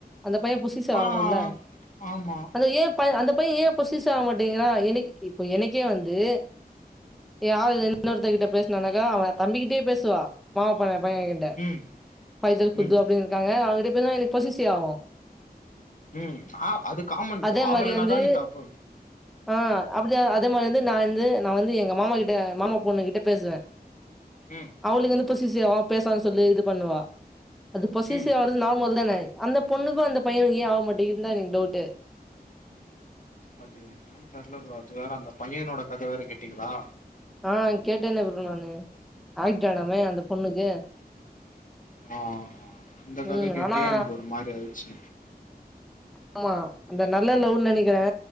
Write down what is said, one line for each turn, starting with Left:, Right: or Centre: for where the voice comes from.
Centre: அந்த பைய பொஸ ஸிவ்
Left: ஆ
Centre: ஆவணுல
Left: ஆமா
Centre: அந்த ஏ அந்தே பைய ஏ பொஸஸிவ் ஆகமாட்டீங்கிரா எனக்கு இப்போ எனக்கே வந்து ஏ ஆள் இன்னொருத்த கிட்ட பேசனுனாக்கா அவ தம்பிக்கிட்டயே பேசுவா மாமா பண்ண பையகிட்ட
Left: ம்
Centre: ஃபைசல் குத்து
Left: ம்
Centre: அப்டின் இருக்காங்க அவுங்ககிட்ட பேசுனா எனக்கு பொஸஸிவ் ஆவு
Left: ம் ஆ அது காமன் ப்ரோ
Centre: அதே
Left: ஆவலனாதா
Centre: மாரி வந்து
Left: நீ தப்பு
Centre: ஆ அப்டிதா அதே மாரி வந்து நா வந்து நா வந்து எங்கே மாமாகிட் மாமா பொண்ணுகிட்டே பேசுவே
Left: ம்
Centre: அவளுக்கு வந்து பொசசிவ் ஆவா பேசாதா சொல்லி இது பண்ணுவா அது பொசசிவ்
Left: ம்
Centre: ஆகறது நார்மல்தான அந்த பொண்ணுக்கு அந்த பையனுக்கு ஏ ஆவ மாட்டிகின்தா எனக்கு டவுட்டு
Left: அது என்னான் தெர்ல ப்ரோ அது வேற அந்த பையனோட கத வேற கேட்டீங்ளா
Centre: ஆ கேட்டேனே ப்ரோ நானு ஆக்சிடென்டாமே அந்த பொண்ணுக்கு
Left: ஆமா அந்த கத
Centre: ம்.
Left: கேட்டே
Centre: ஆனா
Left: எனக்கு ஒரு மாரி ஆய்ர்ச்சி
Centre: ஆமா அந்த நல்ல லவ்ன் நெனைக்குறே